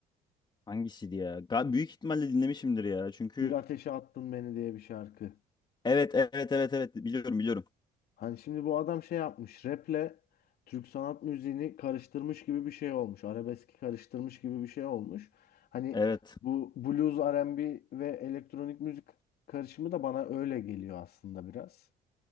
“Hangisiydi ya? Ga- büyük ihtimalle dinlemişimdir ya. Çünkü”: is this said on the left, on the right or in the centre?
Left